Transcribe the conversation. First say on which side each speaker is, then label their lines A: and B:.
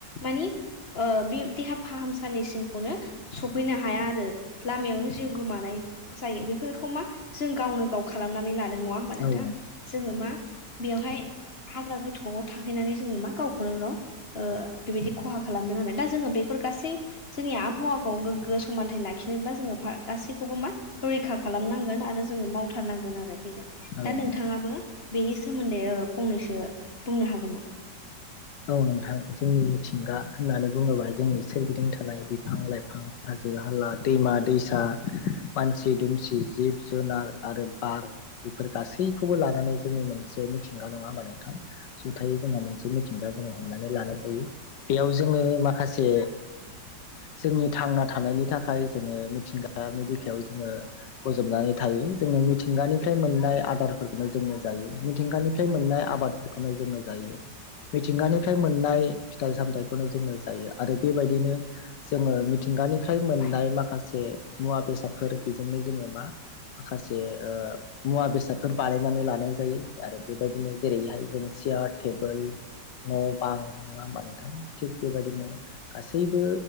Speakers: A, on the left (about 35°); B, on the left (about 75°).
A: मानि ओ बे देहा फाहामसालिसिमखौनो सफैनो हाया आरो लामायावनो जिउ गोमा जायो बेफोरखौ मा जों गावनो गाव खालामनानै ला नङा होनबा नोंथां
B: औ
A: जोङो मा बेयावहाय हाग्रा गोथौआव थाहैनानै जोंङो मा गावखौनो गाव ओ बेबायदि खहा खालामदों आरो दा जोंङो बेफोर गासै जोंनि आबहावाखौ गोग्गो समानथाइ लाखिनोब्ला जोंङो गासैखौ मा रैखा खालामनांगोन आरो जों मावथारनांगोन आरो बेनो
B: नोंथां
A: दा नोंथाङाबो बेनि सोमोन्दै फंनैसो बुंनो हागोन नामा?
B: औ नोंथां जोंनि मिथिंगा होननानै बुङोबा जोंनि सोरगिदिं थानाय फां लायफां हाजो हाला दैमा दैसा मानसि दुमसि जिब जुनार आरो बार बेफोर गासै खौबो लानानै जोंनि मोनसे मिथिंगा नङा होनबा नोंथां जथायै जोंहा मोनसे मि जोंङो हमनानै लानाय जायो बेयाव जोंङो माखासे जोंनि थांना थानायनि थाखाय जोंङो मिथिंगा बिखायाव जोंङो गजबनानै थायो जोंङो मिथिंगानि निफ्राय मोननाय आदारफोरखौनो जोंङो जायो। मिथिंगानिफ्राय मोननाय आबादफोरखौनो जोंङो जायो। मिथिंगानिफ्राय मोननाय फिथाइ सामथायाइखौनो जोंङो जायो। आरो बेबायदिनो जोंङो मिथिंगानिफ्राय मोननाय
A: औ
B: माखासे मुवा बेसादफोर बेजों जोंङो मा माखासे ओ मुवा बेसादफोर बानायनानै लानाय जायो आरो बेबायदिनो जेरैहाय जों चियार टेबोल न बां नङा होमबा नोंथां थिग बेबायदिनो गासैबो